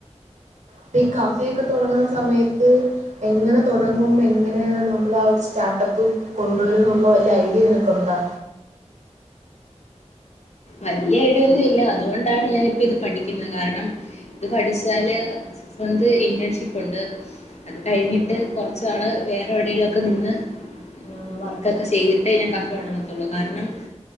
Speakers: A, on the right; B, on the left.
A: പ്പം ഈ കഫയൊക്കെ തൊടങ്ങ്ണ സമയത്ത് എങ്ങനെ തൊടങ്ങും എങ്ങനെ നമ്മൾ ആ ഒരു സ്റ്റാട്ടപ്പ് കൊണ്ടുവരും ന്നുള്ള വല്യഐഡിയ യും നിനക്കുണ്ടോ
B: വല്യ ഐയ്ഡിന്നുഇല്ല അതുകൊണ്ടാണ് ഞാനിപ്പ ഇത് പഠിക്ക്ന്ന് കാരണം ഇത് പഠിച്ചാല് സന്ത് ഇന്റൻഷിപ്പ് ഉണ്ട് അത് കഴിഞ്ഞിട്ട് കൊറച്ചാള് വേറെവിടേലൊക്കെ നിന്ന് ഏ വർക്കൊക്കെ ചെയ്തിട്ടേ ഞാൻ കഫ തൊടങ്ങത്തുള്ളൂ കാരണം